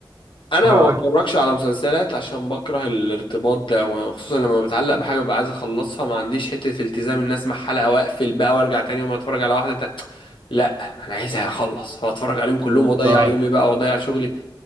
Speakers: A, on the left; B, on the right.
A: انا
B: ه...
A: ما بتفرجش
B: ه-
A: على مسلسلات عشان بكره الارتباط ده وخصوصا لما بتعلق بحاجه ببقى عايز اخلصها ما عنديش حته التزام ان اسمع حلقه واقفل بقى وارجع تاني يوم اتفرج على واحده تاني. لا انا عايزها اخلص فاتفرج عليهم كلهم
B: بالظبط
A: واضيع يومي بقى واضيع شغلي